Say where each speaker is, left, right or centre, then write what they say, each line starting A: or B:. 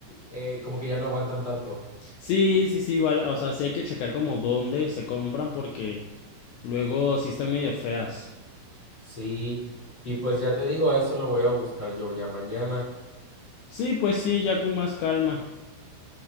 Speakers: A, on the left; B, on the left.
A: eh, como que ya no aguantan tanto.
B: Sí, sí, sí, igual. O sea, sí hay que checar como dónde se compran porque luego sí están medio feas.
A: Sí, y pues ya te digo, eso lo voy a buscar yo ya mañana.
B: Sí, pues sí, ya con más calma.